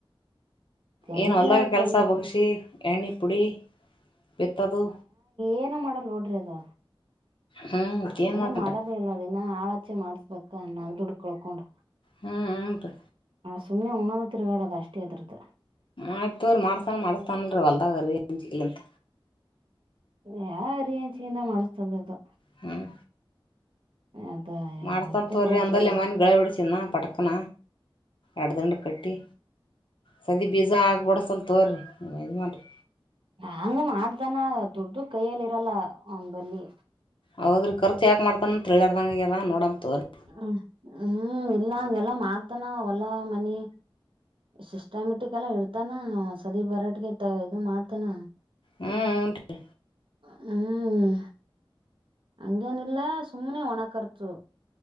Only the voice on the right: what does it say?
ಹೆಂಗ
ಅವಕ್
ಹೆಂಗ
ಏನು ಮಾಡಲ್ ನೋಡ್ರಿ ಅದ
ಏನು
ಮಾಡದೇ ಇಲ್ಲದನ್ನ ಆಾಳ ಇಚೆ ಮಾಡ್ಸ್ಬೇಕಾ ನ ದುಡ್ಡುಕೊಳ್ಕೊಂಡು
ಸುಮ್ಮನೆ ಉಣ್ಣದ ತಿರ್ಗಡೋದು ಅಷ್ಟೇ ಅದರ್ತ
ಯ ರಚಿಂದ ಮಾಡಸ್ತದದು
ಅದ
ಅದಕ್ಕ
ಗೊತ್ತದ
ಹಂಗ ಮಾಡ್ದನ ದುಡ್ಡು ಕೈಯ್ಯಲ್ಲಿ ಇರಲ್ಲ ಒಂಬಲ್ಲಿ
ಹ್ಮ್ ಹ್ಮ್ ಇಲ್ಲ ಹಗೆಲ್ಲ ಮಾಡ್ತಾನ ಹೊಲ್ಲಾ ಮನಿ ಸಿಸ್ಟಮೆಟಿಕ್ ಎಲ್ಲ ಇಡ್ತಾನ ಸದ ಬರಾಟಗೆ ಇದು ಮಾಡ್ತಾನ
ಹ್ಮ್ ಹಂಗೇನಿಲ್ಲ ಸುಮ್ಮ್ನೆ ಒಣ ಕರ್ತು